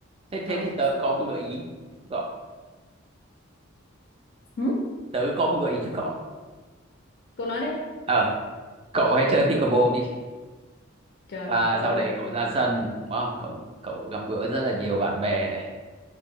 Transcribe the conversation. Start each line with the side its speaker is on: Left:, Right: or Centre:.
Right: thế thế
Left: ừ
Right: thì tớ có một gợi ý cậu
Left: Ừ.
Right: tớ có một gợi ý cho cậu
Left: cô nói đi
Right: ờ cậu hãy chơi pickleball đi
Left: trời
Right: và
Left: ơi
Right: sau đấy cậu ra sân đúng không? Cậu cậu gặp gỡ rất là nhiều bạn bè này